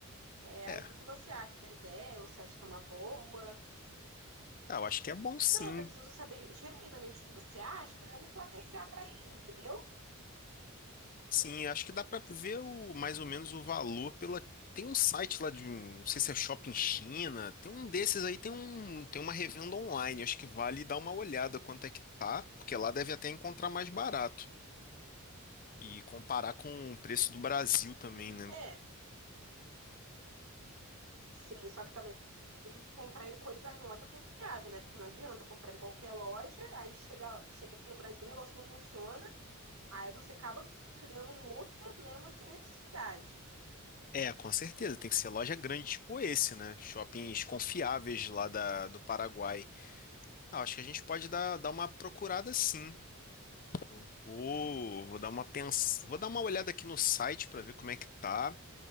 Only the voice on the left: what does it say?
é.
Ah, eu acho que é bom sim.
Sim, acho que dá para ver o, mais ou menos o valor pela. Tem um site lá de um, não sei se é Shopping China, tem um desses aí, tem um, tem uma revenda online, acho que vale dar uma olhada quanto é que tá, porque lá deve até encontrar mais barato. E comparar com o preço do Brasil também, né?
É, com certeza, tem que ser loja grande tipo esse, né? Shoppings confiáveis lá da, do Paraguai. Ah, acho que a gente pode dar, dar uma procurada sim. Eu vou, vou dar uma pens... vou dar uma olhada aqui no site para ver como é que tá.